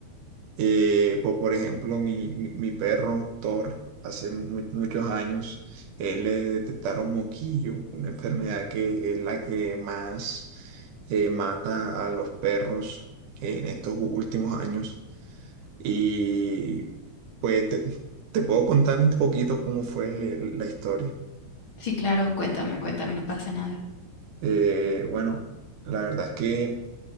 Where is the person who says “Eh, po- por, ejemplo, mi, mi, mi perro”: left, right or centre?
Right